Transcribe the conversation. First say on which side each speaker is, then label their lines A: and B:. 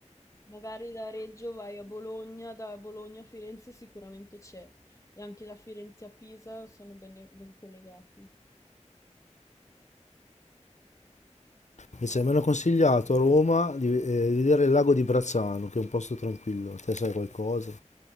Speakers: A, on the left (about 25°); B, on the left (about 70°).
A: Magari da Reggio vai a Bologna, da Bologna a Firenze sicuramente c'è. E anche da Firenze a Pisa sono bene- ben collegati.
B: Invece mi hanno consigliato a Roma di, eh, di vedere il lago di Brazzano, che è un posto tranquillo. Te sai qualcosa?